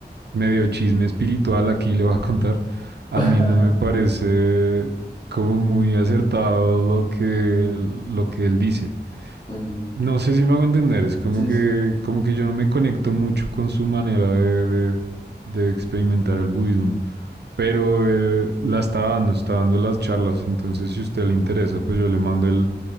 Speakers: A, on the right (about 75°); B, on the left (about 25°).
A: medio chisme espiritual, aquí le voy a contar, a
B: <laughs>
A: mí no me parece como muy acertado lo que, lo que él dice.
B: Mm,
A: No sé si me hago entender, es como
B: Sí,
A: que,
B: sí.
A: como que yo no me conecto mucho con su manera de, de- de experimentar el budismo, pero eh, la está dando, está dando las charlas, entonces si a usted le interesa, pues yo le mando el,